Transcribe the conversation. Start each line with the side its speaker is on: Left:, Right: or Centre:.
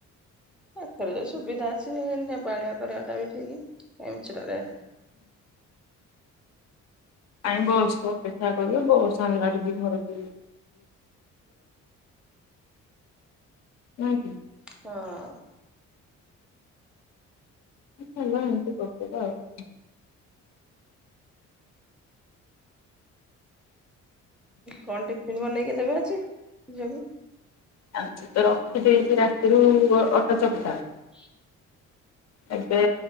Centre: ପାଖରେ ଯଦି ସୁବିଧା ଅଛି, ନେବା ଆଣିବା କରିବାଟା ବି ଠିକି କାଇଁ ମିଛୁଟାରେ
Left: କାଇଁ ବସ୍ କୁ ଅପେକ୍ଷା କରିବୁ ବସ୍ ଆଣିଲା କି ଘରକୁ। <unintelligible> ନାହିଁକି?
Centre: ହଁ।
Left: ହେଲା ଏମିତି କରିଦବା ଆଉ
Centre: କଣ ଟିଫିନ୍ ବନେଇକି ଦେବେ ଆଜି ଝିଅକୁ?
Left: ଆଜି ତ ରଖିଦେଇଚି ରାତିରୁ ଅଟାଚକଟା।
Centre: <inaudible>
Left: ଏବେ